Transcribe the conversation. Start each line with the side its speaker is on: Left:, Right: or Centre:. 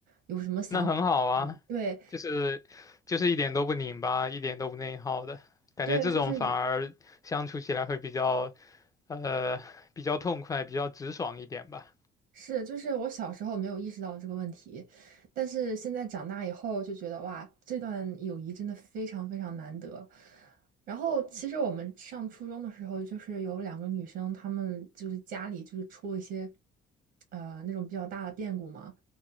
Right: 有什么想法，
Left: 那很好啊，
Right: 嗯，对
Left: 就是就是一点都不拧巴，一点都不内耗的感觉，
Right: 对，
Left: 这种反而相处起来会比较
Right: 就是。
Left: 呃比较痛快，比较直爽一点吧。
Right: 是，就是我小时候没有意识到这个问题，但是现在长大以后就觉得哇，这段友谊真的非常非常难得。然后其实我们上初中的时候，就是有两个女生，她们就是家里就是出了一些呃那种比较大的变故嘛，